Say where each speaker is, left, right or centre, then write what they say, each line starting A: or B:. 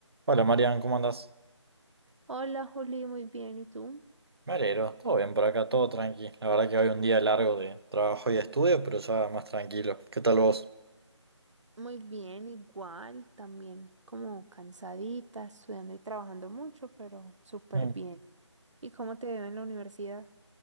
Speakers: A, on the right; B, on the right.
A: Hola Marian, ¿cómo andás?
B: Hola Juli, muy bien. ¿Y tú?
A: Me alegro, todo bien por acá, todo tranqui. La verdad que hoy un día largo de trabajo y de estudio, pero ya más tranquilo. ¿Qué tal vos?
B: Muy bien, igual, también como cansadita, estudiando y trabajando mucho, pero súper
A: Mm.
B: bien. ¿Y cómo te veo en la universidad?